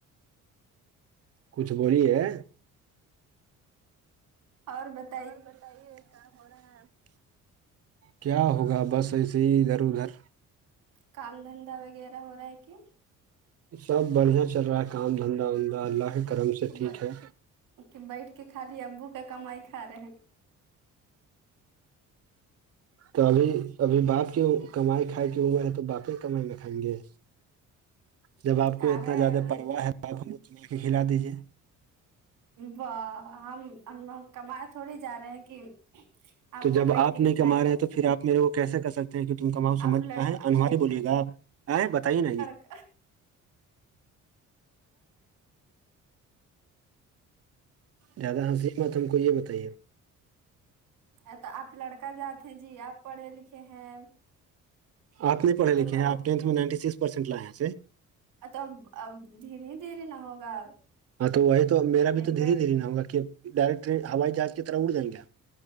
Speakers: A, on the right (about 50°); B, on the right (about 70°).
A: کچھ بولی ہے
B: اور بچ
A: اور بتائیے کیا ہو رہے ہیں کیا ہوگا بس ایسے ہی ادھر ادھر
B: کام دھندا وغیرہ ہو رہا ہے کہ
A: سب بڑھیا چل رہا ہے کام دھندا وندا اللہ کرم سے
B: کہ
A: ٹھیک ہے
B: کہ بیٹھ کے خالی ابو کا کمائی کھا رہے ہیں
A: تو ابھی ابھی بات کیوں کمائی کھائی کی عمر ہے تو باپیں کمائی میں کھائیں گے جب آپ
B: کا
A: کو اتنا
B: ہے
A: زیادہ پرواہ ہے تو آپ ہملا کے کھلا دیجیے
B: واہ ہم ہم کمائے تھوڑی جا رہے ہیں کہ
A: تو
B: کو
A: جب
B: بیٹھ
A: آپ
B: کے
A: نہیں
B: کھلائیں
A: کما رہے
B: گے
A: ہیں تو پھر آپ میرے کو کیسے کر سکتے کہ تم کماؤ سمجھ
B: آپ لڑ
A: آ انواری بولیے گا آ بتائیے نا یہ
B: دڑک
A: زیادہ ہنسی بت ہم کو یہ بتائیے
B: ا تو آپ لڑکا جاتے ہیں جی آپ پڑھے لکھے ہیں
A: آپ پھے لکھے
B: تو کم
A: ہیں آ ٹینتھ میں نائنٹی سکس پرسینٹ لائے ہیں ایے
B: ا تو اب اب دھیر ہی دھیرری نہ ہوگا
A: ہاں تو وہی تو میرا بھی
B: ایک
A: تو
B: بیگ
A: دھیرری دھیر نہ ہوگ کہ ڈائریکٹ ٹرین ہوائی جہاز کی طرح اڑ جائیں گے